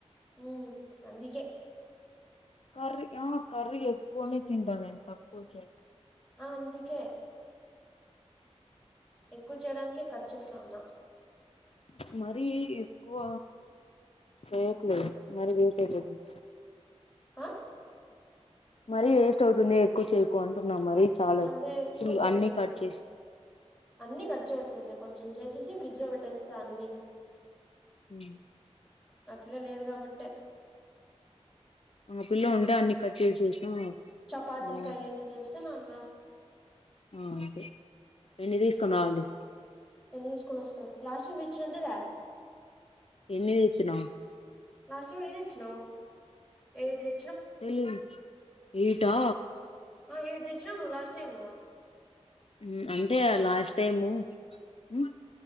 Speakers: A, in the centre; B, on the left.
A: ఉ అందికే
B: కర్రీ ఆ కర్రీ ఎక్కువనే తింటా నేను తక్కువ తినా
A: అందుకే ఎక్కువ చేయడానికే కట్ చేస్తాన్నా
B: మరీ ఎక్కువ చేయకులే మరీ వేస్ట్ అయిపోద్ది
A: ఆ
B: మరీ వేస్ట్ అవుతుంది ఎక్కువ చేయకు అంటున్నా మరీ చాలా
A: అదే ఎక్కువ
B: ఫుల్
A: చేయట్లేదు
B: అన్నికట్ చేసి
A: అన్ని కట్ చేయట్లేదులే కొంచెం చేసేసి ఫ్రిడ్జ్ లో పెట్టేస్తా అన్ని
B: హు
A: ఆ పిల్ల లేదు కాబట్టే
B: ఆ పిల్ల ఉంటే అన్ని కట్ చేసేసినా
A: చపాతీకి
B: బాగుంటుంది
A: అయ్యేంతా చేస్తున్నానురా
B: ఆ అంతే ఎన్ని తీసుకుని రావాలి
A: ఎన్ని తీసుకొని వస్తావ్ లాస్ట్ టైం తెచ్చినంతే తే
B: ఎన్ని తెచ్చినా
A: లాస్ట్ టైం ఎన్ని తెచ్చినవ్ ఎయిట్ తె
B: తెలీదు ఎయిటా
A: ఆ ఎయిట్ తెచ్చినవు నువ్వు లాస్ట్ టైమ్
B: ఉమ్ అంటే లాస్ట్ టైము ఉమ్